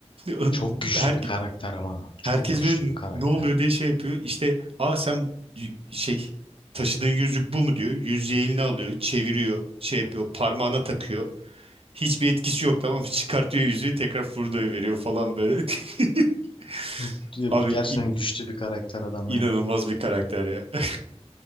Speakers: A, on the right; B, on the left.
A: <laughs>
B: Çok güçlü
A: Her,
B: bir karakter ama. Çok
A: herkes
B: güçlü
A: böyle
B: bir karakter.
A: ne oluyor diye şey yapıyor. İşte aa sen y- şey taşıdığın yüzük bu mu diyor. Yüzüğü eline alıyor, çeviriyor, şey yapıyor, parmağına takıyor. Hiçbir etkisi yok tamam mı? Çıkartıyor yüzüğü tekrar fırlıyor veriyor falan böyle. <laughs>
B: <clears throat>
A: Abi
B: Gerçekten güçlü bir karakter adam
A: İnanılmaz
B: ya.
A: bir karakter ya. <laughs>